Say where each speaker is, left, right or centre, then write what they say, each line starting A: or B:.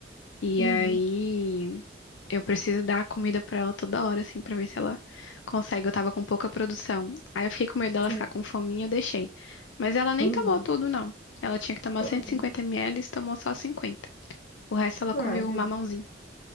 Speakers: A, on the left; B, on the left.
A: E
B: Uhum,
A: aí eu preciso dar comida pra ela toda hora, assim, pra ver se ela consegue. Eu tava com pouca produção. Aí eu fiquei com medo dela
B: é,
A: ficar com fominha, eu deixei. Mas ela nem
B: uhum,
A: tomou tudo, não. Ela tinha que tomar
B: uhum.
A: 150 ml e tomou só 50. O resto ela comeu
B: Ah, viu?
A: mamãozinho.